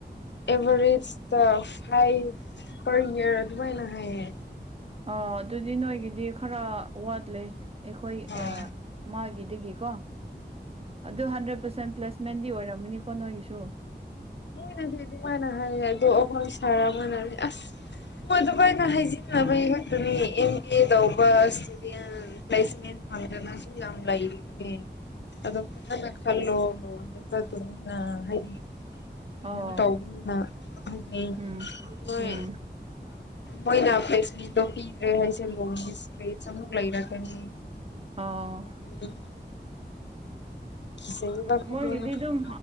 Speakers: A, on the left; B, on the right.
A: ꯑꯦꯚꯔꯦꯖꯇ ꯐꯥꯏꯚ ꯄꯔ ꯌꯔ ꯑꯗꯨꯃꯥꯏꯅ ꯍꯥꯏꯌꯦ
B: ꯑ ꯑꯗꯨꯗꯤ ꯅꯣꯏꯒꯤꯗꯤ ꯈꯔ ꯋꯥꯠꯂꯦ ꯑꯩꯈꯣꯏ
A: ꯑꯣ
B: ꯃꯥꯒꯤꯗꯒꯤꯀꯣ ꯑꯗꯨ ꯍꯟꯗ꯭ꯔꯦꯠ ꯄꯔꯁꯦꯟ ꯄ꯭ꯂꯦꯁꯃꯦꯟꯗꯤ ꯑꯣꯏꯔꯝꯃꯅꯤꯀꯣ ꯅꯣꯏꯒꯤꯁꯨ
A: ꯃꯣꯏꯅꯗꯤ ꯑꯗꯨꯃꯥꯏꯅ ꯍꯥꯏꯌꯦ ꯑꯗꯣ ꯑꯩꯈꯣꯏ ꯁꯥꯔ ꯑꯃꯅꯗꯤ ꯑꯁ ꯃꯣꯏ ꯑꯗꯨꯕꯥꯏꯗ ꯍꯥꯏꯖꯤꯟꯅꯕꯒꯤ ꯈꯛꯇꯨꯅꯤ ꯑꯦꯝ ꯕꯤ ꯑꯦ ꯇꯧꯕ ꯏꯁꯇꯨꯗꯦꯟ ꯄ꯭ꯂꯦꯁꯦꯟ ꯐꯪꯅꯁꯨꯨꯝ ꯌꯥꯝ ꯂꯩꯅꯦ ꯑꯣ ꯐꯅ ꯈꯜꯂꯣ ꯂꯣꯗ ꯆꯠꯇꯣꯏꯅꯤꯅ ꯍꯥꯏꯗꯤ ꯏꯩꯅ
B: ꯑꯣ
A: ꯇꯧꯕꯅꯤꯅ ꯍꯥꯏꯌꯦ
B: ꯎꯝ
A: ꯅꯣꯏ
B: ꯎꯝ
A: ꯃꯣꯏꯅ ꯐ꯭ꯔꯦꯁꯃꯦꯟꯗꯣ ꯄꯤꯗ꯭ꯔꯦ ꯍꯥꯏꯁꯦ ꯂꯣꯟꯒꯤ ꯏꯁꯇ꯭ꯔꯦꯁ ꯑꯃꯨꯛ ꯂꯩꯔꯛꯀꯅꯤ
B: ꯑꯣ
A: ꯎꯝ ꯁꯕ ꯀ
B: ꯃꯣꯏꯒꯤꯗꯤ
A: ꯍꯅ <unintelligible>
B: ꯑꯗꯨꯝ
A: <inaudible>